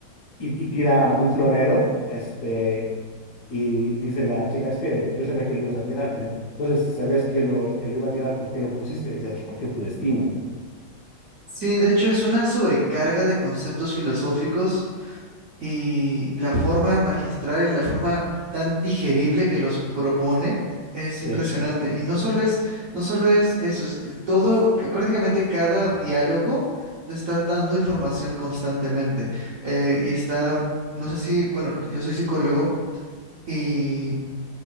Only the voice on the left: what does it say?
y, y tira un florero, este, y dice la chica, es que yo sabía que lo ibas a tirar. Dice, Entonces, sabías que lo, que lo iba a tirar, ¿por qué lo pusiste? Dice, pues porque es tu destino. ¿no?
Sí,